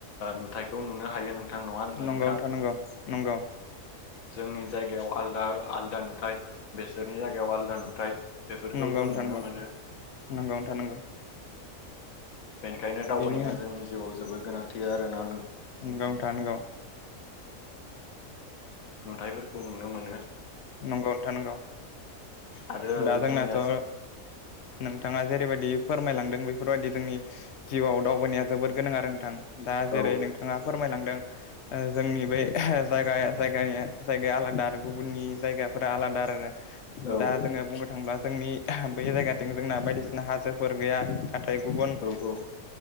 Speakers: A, on the left; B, on the left.
A: नुथायखौ नुनो हायो नों नोंथां नङा होनब्ला
B: नंगौ
A: नोंथां?
B: नंगौ नंगौ
A: जोंनि जायगायाव आलदा आलदा नुथाय बेसोरनि जायगायाव आलदा नुथायाइ बेफोरखौ
B: नंगौ
A: जों
B: नोंथां
A: नुनो
B: नंगौ
A: मोनो।
B: नंगौ नोंथां नंगौ
A: बेनिखायनो दावबायनाया
B: बेनि औ
A: जोंनि जिउआव जोबोद गोनां। थि आरो ना
B: नंगौ नोंथां नंगौ
A: नुथायाइफोरखौ नुनो मोनो।
B: नंगौ नोंथां नंगौ
A: आरो
B: दा जोंनाथ'
A: जोंनिया
B: नोंथाङा जेरैबायदि फोरमायलांदों बेफोरबायदि जोंनि जिउआव दावबायनाया जोबोर गोनां आरो नोंथां। दा
A: औ
B: जेरै नोंथाङा फोरमायलांदों जोंनि बै जायगाया जायगानि जायगाया आलादा आरो गुबुननि जायगाफोरा आलादा आरो। दा
A: औ
B: जोङो बुंनो थाङोब्ला जोंनि बै जायगाथिं जोंना बायदिसिना हाजोफोर गैया नथाय गुबुन
A: औ